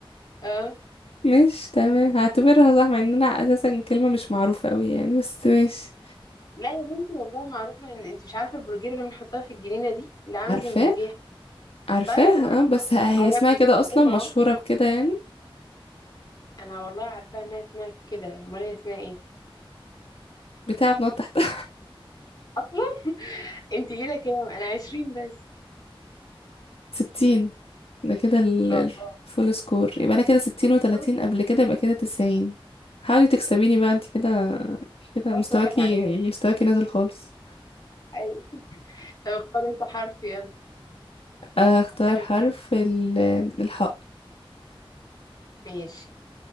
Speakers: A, on the left; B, on the left.
A: اه
B: مش تمام هعتبرها صح مع ان انا اساسا كلمة مش معروفة قوي يعني بس ماشي
A: لا يا بنتي والله معروفة ان انت مش عارفة البرجيلة اللي بنحطها في الجنينة دي اللي عاملة
B: عارفاه
A: زي المرجيحة
B: عارفاها
A: طيب ع-
B: آه، بس ه- هي
A: حاجة
B: اسمها
A: بنستخدمها
B: كده اصلا مشهورة
A: اهو
B: بكده يعني
A: انا والله عارفاها انها اسمها كده امال هي اسمها ايه
B: بتاع بنقعد تحتها
A: اصلا انت كده كام انا عشرين بس
B: ستين ده كده ال-
A: ان شاء الله
B: الفول سكور يبقى انا كده ستين وتلاتين
A: كل
B: قبل كده يبقى كده تسعين حاولي تكسبيني بقى انت كده كده
A: خلاص
B: مستواكي
A: راحت عليا دي
B: مستواكي نازل خالص
A: ايوه طب اختار انت حرف يلا
B: اختار
A: هكسبك
B: حرف ال- الحاء
A: ماشي